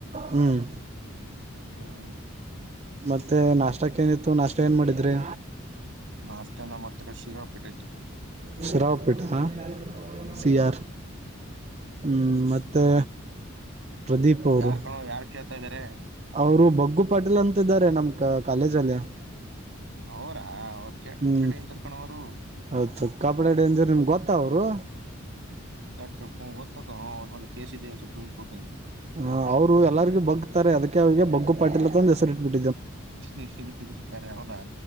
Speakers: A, on the right; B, on the right.
A: ಹ್ಮ್
B: ಹ್ಮ್
A: ಮತ್ತೆ ನಾಷ್ಟಕ್ ಏನಿತ್ತು ನಾಷ್ಟ ಏನ್ ಮಾಡಿದ್ರಿ.
B: ನಾಷ್ಟ ನಮ್ಮತ್ರ ಶಿರಪ್ ಉಪ್ಪಿಟ್ಟಿತ್ತು.
A: ಶಿರಾ ಉಪ್ಪಿಟ್ಟಾ
B: ಹ್ಮ್
A: ಸಿಯಾರ್. ಹ್ಮ್ ಮತ್ತೆ. ಪ್ರದೀಪ್ ಅವ್ರು
B: ಯಾರ್ ಕಣೋ ಯಾರ್ ಕೇಳ್ತಾ ಇದಾರೆ
A: ಅವ್ರು ಬಗ್ಗು ಪಾಟೀಲ್ ಅಂತಿದ್ದಾರೆ ನಮ್ ಕಾ ಕಾಲೇಜಲ್ಲಿ
B: ಅವ್ರಾ ಅವ್ರ ಕೆಟ್ಟ
A: ಹೂ
B: ಡೇಂಜರ್ ಕಣೋ ಅವ್ರು
A: ಹೌದು ಸಿಕಾಪಟ್ಟೆ ಡೇಂಜರ್ ಅವರು ನಿಮಗ ಗೊತ್ತಾ ಅವರು
B: ಕಾಟ್ಟ ಹೂ ಗೊತ್ತಾದ ಹೂ ಅವರ ಮೇಲೆ ಕೇಸ್ ಇದೆ ಸುಪ್ರೀಂ ಕೋರ್ಟ್ ಅಲ್ಲಿ
A: ಹ ಅವ್ರು ಎಲ್ಲರಿಗೂ ಬಗ್ತಾರೆ ಅದಕ್ಕೆ ಅವ್ರರಿಗೆ ಬಗ್ಗು ಪಾಟೀಲಾಂತ ಅಂದು ಹೆಸರಿ ಇಟ್ಬಿಟ್ಟು
B: ಹ ಖರೆ ಹೌದಾ